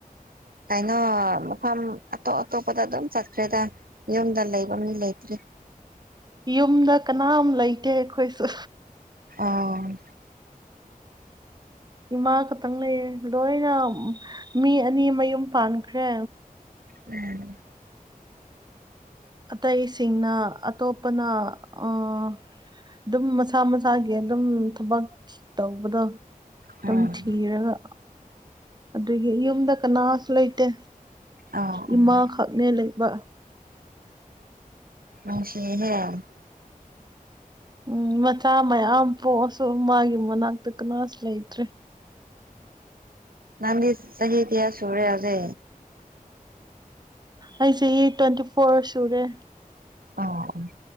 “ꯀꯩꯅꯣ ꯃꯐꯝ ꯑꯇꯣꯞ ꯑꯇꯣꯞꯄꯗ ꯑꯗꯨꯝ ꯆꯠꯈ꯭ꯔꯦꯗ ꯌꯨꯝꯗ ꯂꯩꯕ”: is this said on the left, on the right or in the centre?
Right